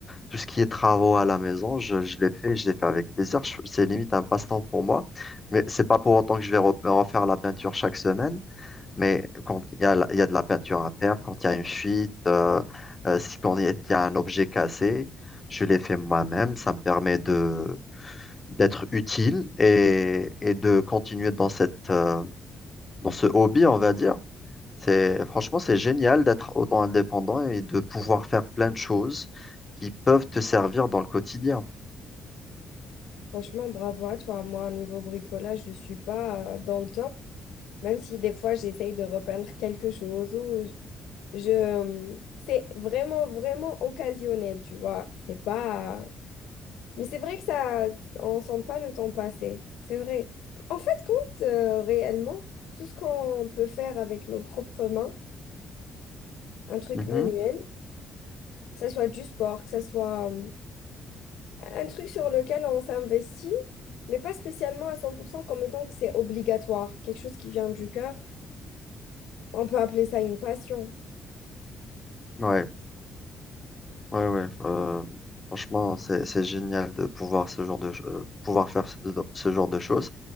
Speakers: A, on the left; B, on the left.
A: tout ce qui est travaux à la maison, je, je l'ai fait, je l'ai fait avec plaisir. Je- C'est limite un passe-temps pour moi, mais c'est pas pour autant que je vais re- refaire la peinture chaque semaine. Mais quand il y a, la- il y a de la peinture à faire, quand il y a une fuite, euh, euh, si quand il y a il y a un objet cassé, je l'ai fait moi-même. Ça me permet de d'être utile et, et de continuer dans cette euh, dans ce hobby, on va dire. C'est franchement c'est génial d'être autant indépendant et de pouvoir faire plein de choses qui peuvent te servir dans le quotidien.
B: Franchement, bravo à toi. Moi, niveau bricolage, je ne suis pas euh, dans le top. Même si des fois, j'essaye de repeindre quelque chose ou Je, euh, c'est vraiment, vraiment occasionnel, tu vois. C'est pas... Mais c'est vrai que ça, on sent pas le temps passer. C'est vrai. En fait, compte euh, réellement, tout ce qu'on peut faire avec nos propres mains, un truc
A: Mhm.
B: manuel, que ce soit du sport, que ce soit euh, un truc sur lequel on s'investit, mais pas spécialement à 100% comme étant que c'est obligatoire, quelque chose qui vient du cœur, on peut appeler ça une passion.
A: Ouais, ouais, ouais. Euh, franchement, c'est c'est génial de pouvoir ce genre de ch- euh, pouvoir faire ce ce genre de choses.